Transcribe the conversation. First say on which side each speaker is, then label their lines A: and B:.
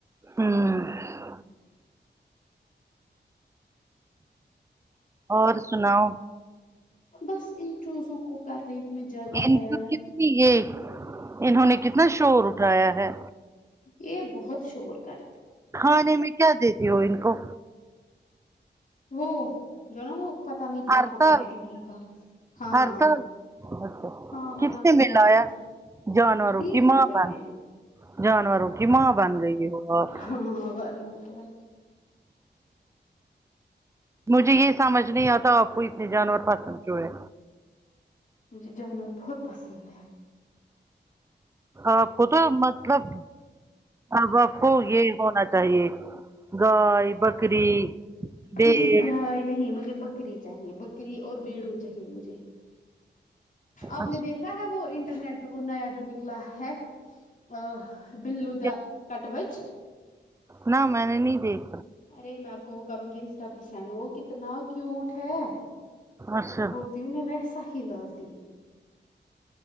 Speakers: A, on the right (about 15°); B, on the left (about 45°).
A: ہوں اور سناؤ
B: بس ان چوزوں کو کر رہی ہوں میں جگہ
A: ان
B: تیار
A: کو کتنی یہ انہوں نے کتنا شور اٹھایا ہے
B: یہ بہت شور کر
A: کھانے میں کیا دیتی ہو ان کو
B: وہ جو ہے نا وہ پتہ نہیں کیا
A: ہرتل
B: ہوتا ہے انہو کا ہاں
A: ہرتل اچھا
B: ہاں پتہ
A: کس نے
B: نہیں
A: ملایا
B: کیا بولتے
A: جانوروں
B: بیس
A: کی ماں
B: روپے
A: بن
B: میں
A: جانوروں کی ماں بن گئی ہو آپ
B: ہاں ورنہ کیا
A: مجھے یہ سمجھ نہیں آتا آپ کو اتنے جانور پسند کیوں ہے
B: مجھے جانور بہت پسند ہے
A: آپ کو تو مطلب اب آپ کو یہ ہونا چاہیے گائے بکری بیل
B: نہیں گائے نہیں مجھے بکری چاہیے بکری اور بیڑو چاہیے مجھے آپ
A: اچھا
B: نے دیکھ کہاں وہ انٹرنیٹ پہ وہ نیا جو نکلا ہے آہ بلو دا
A: کیا
B: کٹوچھ
A: نہ میں نے نہیں دیک
B: ارے میں آپ کو وہ کروں گی انسٹا پہ سینڈ وہ کتنا کیوٹ ہے
A: اچھا
B: میں بولتی ہوں میں ویسا ہی لاتی